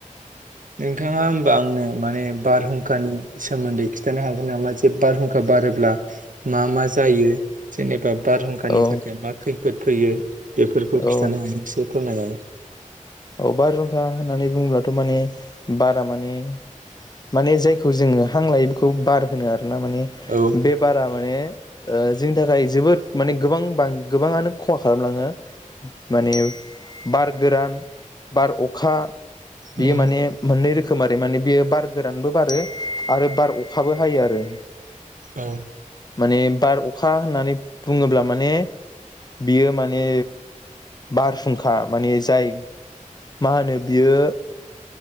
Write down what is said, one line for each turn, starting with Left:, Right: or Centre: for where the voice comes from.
Right: नोंथाङा होमबा आंनो माने बारहुंखानि सोमोन्दै खिथानो हागोन नामा जे बारहुंखा बारोब्ला मा मा जायो जेनेबा बारहुंखानि
Left: औ
Right: थाखाय मा खै फोद फैयो। बेफोरखौ
Left: औ
Right: खिथानो हायासै। फोरमाय जागोन।
Left: औ बार हुंखा होननानै बुङोब्लाथ' माने बारा माने माने जायखौ जोङो हां लायो बेखौ बार होनो आरो ना माने
Right: औ
Left: बे बारा माने ओ जोंनि थाखाय जोबोद माने गोबां बा गोबाङानो खहा खालामलाङो माने बार गोरान बार, अखा- बेयो
Right: उम
Left: माने मोननै रो खोम आरो माने बेयो बार गोरानबो बारो आरो बार अखाबो हायो आरो
Right: औ
Left: माने बार अखा होननानै बुङोब्ला माने बियो माने बार फुंखा माने जाय मा होनो बियो